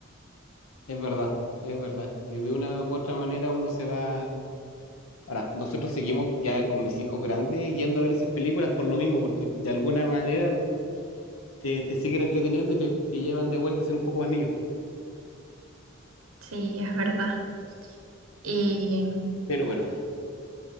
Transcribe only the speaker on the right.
Sí, es verdad. Y